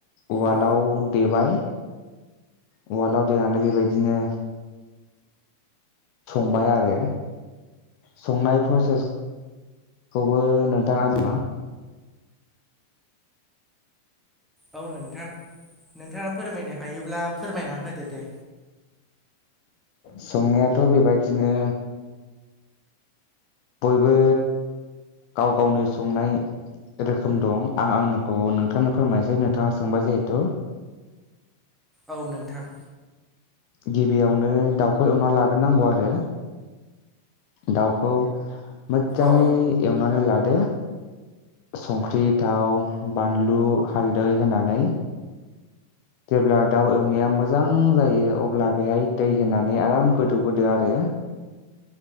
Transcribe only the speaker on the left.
उवालाव
देबाय। उवाल आव देनानै बेबायदिनो संबाय आरो संनाय प्रसेस खौबो नोंथाङा मा
संनायाथ' बे बायदिनो बयबो गाव गावनो संनाय रोखोम दं आं आंनिखौ नोंथांनो फोरमायसै नोंथाङा सोंबाय जेहेतु
गिबियावनो दाउखौ एवना लागोरनांगौ आरो दाउखौ मोजाङै
एवनानै लाद दो संख्रि थाव बानलु हालदै होनानै जेब्ला दाउ एवनाया मोजां जायो अब्ला बेहाय दै होनानै आराम गोदौहोदो आरो